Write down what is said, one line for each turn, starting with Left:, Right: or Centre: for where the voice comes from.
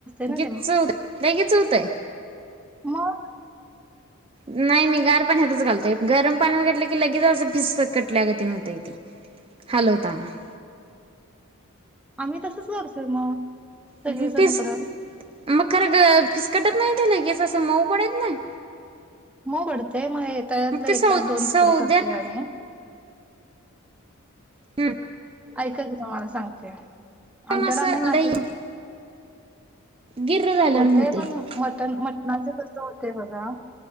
Centre: ना
Right: गीच्च
Centre: ते मग
Right: होतय लई गीच्च होतय
Centre: मग
Right: नाही मी गार पाण्यातच घालतोय गरम पाण्यात घातलं की लगेच असं फिस्स कटल्या गत व्हतय हलवताना <inaudible>
Centre: आम्ही तसंच करतोय मग सगळीजण
Right: फिस
Centre: इकडं
Right: मग खरं क फिसकटत नाही त्याला कीस असं मऊ पडत नाही
Centre: मऊ पडतय मग त्याच्यातले
Right: मग ते सौ
Centre: एका दोन
Right: सौद्यात
Centre: तुकड करतोय आम्ही
Right: हम्
Centre: ऐकाय ग तुम्हाला सांगते
Right: पण
Centre: आमच्याड
Right: असं
Centre: आम् <unintelligible>
Right: लई गिर्र झाल्यावानी
Centre: होतय
Right: होतंय
Centre: पण
Right: ते
Centre: मटन मट - माझं कस होतंय बघा